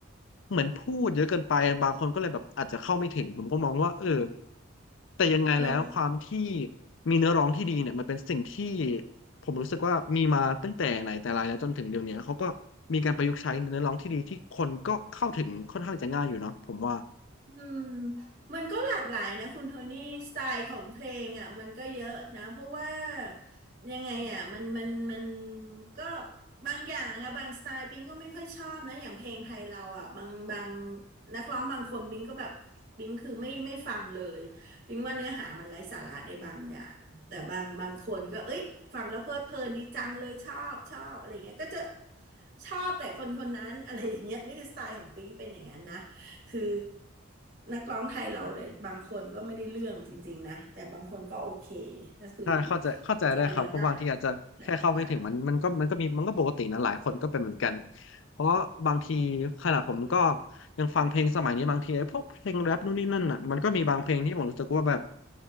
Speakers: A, on the left; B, on the right.
A: เหมือนพูดเยอะเกินไปบางคนก็เลยแบบอาจจะเข้าไม่ถึงผมก็มองว่าเออ แต่ยังไงแล้วความที่
B: มัน
A: มีเนื้อร้องที่ดีเนี่ยมันเป็นสิ่งที่ผมรู้สึกว่ามีมาตั้งแต่ไหนแต่ไรแล้วจนถึงเดี๋ยวนี้เขาก็มีการประยุกต์ใช้เนื้อร้องที่ดีที่คนก็เข้าถึงค่อนข้างจะง่ายอยู่เนาะผมว่า
B: อืมมันก็หลากหลายนะคุณโทนี่สไตล์ของเพลงอ่ะมันก็เยอะนะเพราะว่ายังไงอ่ะมันมันมันก็บางอย่างอ่ะบางสไตล์ปิงก็ไม่ค่อยชอบนะอย่างเพลงไทยเราอ่ะบางบางนักร้องบางคนปิงก็แบบปิงคือไม่ไม่ฟังเลยปิงว่าเนื้อหามันไร้สาระในบางอย่างแต่บางบางคนก็เอ้ยฟังแล้วเพลิดเพลินดีจังเลยชอบชอบอะไรเงี้ยก็จะชอบแต่คนคนนั้นอะไรอย่างเงี้ยนี่คือสไตล์ของปิงเป็นอย่างนั้นนะ คือนักร้องไทยเราเลยบางคนก็ไม่ได้เรื่องจริงๆนะแต่บางคนก็โอเคก็คือ
A: ใช่เข้าใจเข้าใจได้ครับเพราะบางทีอาจจะแค่เข้าไม่ถึงมันมันก็มันก็มีมันก็ปกตินะหลายคนก็เป็นเหมือนกัน
B: ใจเราได้ใจเราได้
A: เพราะบางทีขนาดผมก็ยังฟังเพลงสมัยนี้บางทีไอ้พวกเพลงแรปนู่นนี่นั่นอ่ะมันก็มีบางเพลงที่ผมรู้สึกว่าแบบ